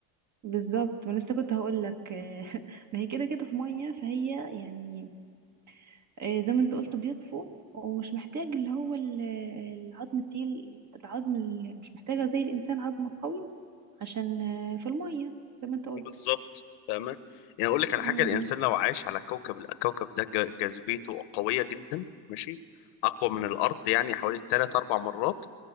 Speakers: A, on the right (about 35°); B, on the left (about 75°).
A: بالظبط ما لسه كنت هقول لك <laughs> ما هي كده كده في مية فهي يعني آه، زي ما انت قلت بيطفو ومش محتاج اللي هو ال- العظم التقيل العظم اللي مش محتاجة زي الإنسان عظم قوي عشان آه، في المية زي ما انت قلت
B: بالظبط فاهمة يعني أقول لك على
A: امم
B: حاجة الإنسان لو عايش على كوكب الكوكب ده جا- جاذبيته قوية جدا ماشي أقوى من الأرض يعني حوالي تلات أربع مرات